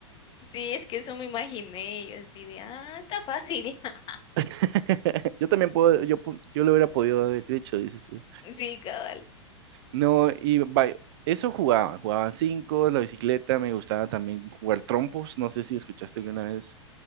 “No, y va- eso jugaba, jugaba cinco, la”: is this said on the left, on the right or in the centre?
Right